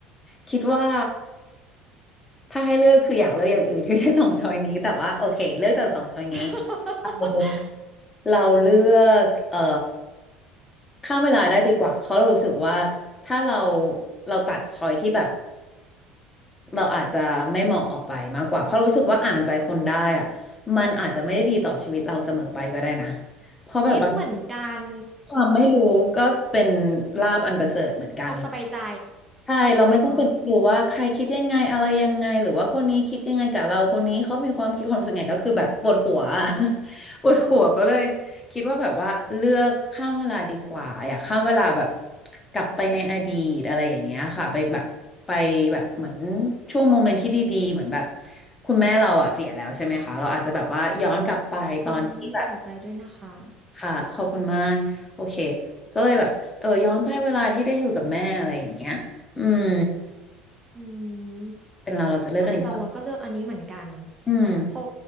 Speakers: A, on the left; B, on the right.
A: คิดว่าถ้าให้เลือกคืออยากเลือกอย่างอื่นที่ไม่ใช่สองช้อยนี้แต่ว่าโอเคเลือกจากสองช้อยนี้
B: <laughs>
A: เราเราเลือกเอ่อข้ามเวลาได้ดีกว่าเพราะเรารู้สึกว่าถ้าเราเราตัดช้อยที่แบบเราอาจจะไม่เหมาะออกไปมากกว่าเพราะรู้สึกว่าอ่านใจคนได้อ่ะมันอาจจะไม่ได้ดีต่อชีวิตเราเสมอไปก็ได้นะ เพราะแบบบาง
B: คิดเหมือนกัน
A: ความไม่รู้ก็เป็นลาภอันประเสริฐเหมือนกัน
B: ความสบายใจ
A: ใช่เราไม่ต้องเป็นรู้ว่าใครคิดยังไงอะไรยังไงหรือว่าคนนี้คิดยังไงกับเราคนนี้เขามีความคิดความรู้สึกไงก็คือแบบปวดหัว
B: เนาะ
A: <laughs> ปวดหัวก็เลยคิดว่าแบบว่าเลือกข้ามเวลาดีกว่าอยากข้ามเวลาแบบกลับไปในอดีตอะไรอย่างเงี้ยค่ะไปแบบไปแบบเหมือนช่วงโมเมนต์ที่ดีๆเหมือนแบบคุณแม่เราอ่ะเสียแล้วใช่ไหมคะเราอาจจะแบบว่าย้อนกลับไปตอนที่แบบ
B: อืมเสียใจด้วยนะคะ
A: ค่ะขอบคุณมากโอเคก็เลยแบบเออย้อนไปเวลาที่ได้อยู่กับแม่อะไรอย่างเงี้ยอืม
B: อืม
A: เป็นเราเราจะเลือกอันนี้ก่อน
B: ถ้าเป็นเราเราก็เลือกอันนี้เหมือนกัน
A: อืม
B: เพราะ